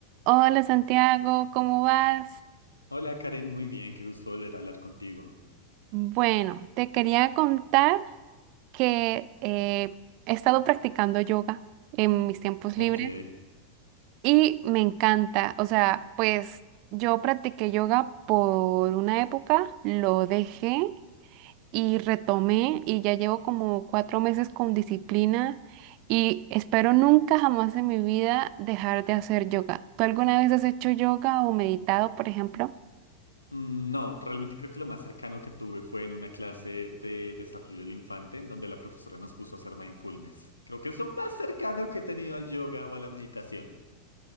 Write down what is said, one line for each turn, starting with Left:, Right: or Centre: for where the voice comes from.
Right: Hola Santiago, ¿cómo vas?
Left: Hola Karen, muy bien, qué gusto volver a hablar contigo.
Right: Bueno, te quería contar que eh, he estado practicando yoga en mis tiempos
Left: Ok.
Right: libres y me encanta. O sea, pues yo practiqué yoga por una época, lo dejé y retomé y ya llevo como cuatro meses con disciplina y espero nunca jamás en mi vida dejar de hacer yoga. ¿Tú alguna vez has hecho yoga o meditado, por ejemplo?
Left: Mm, No, realmente creo que lo más cercano que tuve fue en una clase de desarrollo del infante, en donde la profesora nos puso a hacer mindfulness. Creo que es lo más cercano que he tenido al yoga o a la meditación.